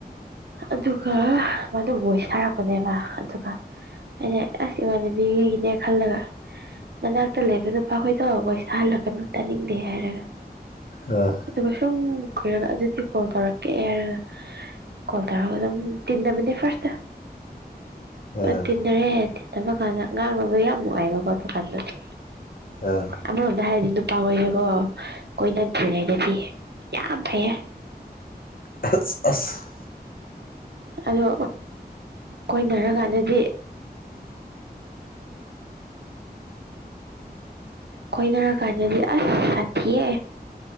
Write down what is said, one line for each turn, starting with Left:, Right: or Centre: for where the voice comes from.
Right: ꯑꯗꯨꯒ ꯃꯥꯗꯣ ꯚꯣꯏꯁ ꯊꯥꯔꯛꯄꯅꯦꯕ ꯑꯗꯨꯒ ꯑꯩꯅ ꯑꯁ ꯏꯃꯥꯟꯅꯕꯤꯒꯤꯅꯦ ꯈꯜꯂꯒ ꯅꯅꯥꯛꯇ ꯂꯩꯕ ꯅꯨꯄꯥꯈꯣꯏꯗꯣ ꯚꯣꯏꯁ ꯁꯥꯍꯜꯂꯛꯀꯅꯨ ꯇꯥꯅꯤꯡꯗꯦ ꯍꯥꯏꯔꯒ
Left: ꯎꯝ
Right: ꯑꯗꯨꯒ ꯁꯨꯝ ꯀꯨꯏꯔꯒ ꯑꯗꯨꯗꯤ ꯀꯣꯜ ꯇꯧꯔꯛꯀꯦ ꯍꯥꯏꯔꯒ ꯀꯣꯇꯥꯒ ꯑꯗꯨꯝ ꯇꯤꯟꯅꯕꯅꯦ ꯐꯥꯔꯁꯇ
Left: ꯑꯥ
Right: ꯇꯤꯟꯅꯔꯦ ꯇꯤꯟꯅꯕ ꯀꯥꯟꯗ ꯉꯥꯡꯅꯕ ꯌꯥꯝ ꯅꯨꯡꯉꯥꯏꯕ ꯈꯣꯠꯄ ꯀꯥꯟꯗꯨꯗꯤ
Left: ꯑꯥ
Right: ꯑꯃꯔꯣꯝꯗ ꯍꯥꯏꯔꯗꯤ ꯅꯨꯄꯥꯈꯣꯏꯔꯦꯀꯣ ꯀꯣꯏꯅꯗ꯭ꯔꯤꯉꯩꯗꯗꯤ ꯌꯥꯝ ꯐꯩꯌꯦ
Left: ꯑꯁ
Right: ꯑꯗꯣ ꯀꯣꯏꯅꯔꯀꯥꯟꯗꯗꯤ ꯀꯣꯏꯅꯔꯀꯥꯟꯗꯗꯤ ꯑꯁ ꯁꯥꯊꯤꯌꯦ